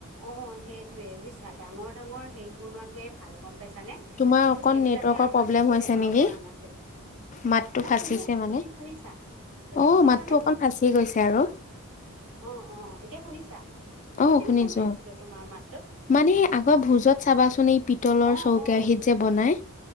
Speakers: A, on the right; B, on the left.
A: অ সেইটো য়ে বুজিছা ডাঙৰ ডাঙৰ হেইত বনোৱাটোৱে ভাল গম পাইছ। কানে
B: তোমাৰ
A: কিন্তু
B: অকণ
A: সেইবিলাকে
B: নেটৱৰ্কৰ
A: আমাক
B: প্ৰব্লেম
A: একো
B: হৈছে
A: বেমাৰ
B: নেকি
A: কৰা নাছিল।
B: মাতটো
A: মই
B: ফাঁচিছে
A: শুনি আছো
B: মানে।
A: তুমি শুনিছা? তুমি
B: অ
A: শুনিছানে
B: মাতটো অকন ফাঁচি গৈছে আৰু
A: অ অ এতিয়া শুনিছা মই
B: অ'
A: কিন্তু
B: শুনিছো।
A: শুনি আছিলো তোমাৰ মাত।
B: মানে সেই আগৰ ভোজত চাবাচোন এই পিতলৰ
A: অ
B: চৌ
A: অ
B: কেৰাহীত যে বনাই